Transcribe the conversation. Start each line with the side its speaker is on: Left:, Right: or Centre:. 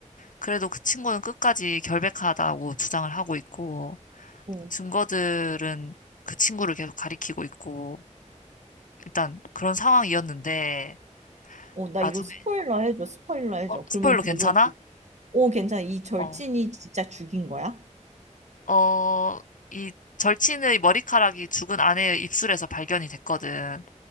Left: 그래도 그 친구는 끝까지 결백하다고 주장을 하고 있고,
Right: 어.
Left: 증거들은 그 친구를 계속 가리키고 있고, 일단 그런 상황이었는데,
Right: 어, 나
Left: 나중에,
Right: 이거 스포일러 해줘, 스포일러 해줘.
Left: 어, 스포일러
Right: 그러면 결국에,
Left: 괜찮아?
Right: 그- 어, 괜찮아. 이 절친이
Left: 어,
Right: 진짜 죽인 거야?
Left: 어, 이 절친의 머리카락이 죽은 아내의 입술에서 발견이 됐거든.